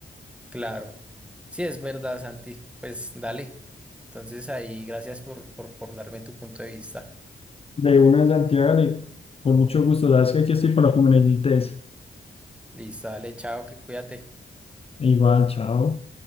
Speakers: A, in the centre; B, on the left.
A: Claro. Sí, es verdad, Santi. Pues dale. Entonces ahí, gracias por, por, por darme tu punto de vista.
B: De una de Santiago, y con mucho gusto, sabes que aquí estoy para lo que me necesites.
A: Listo, dale, chao, que cuídate.
B: Igual, chao.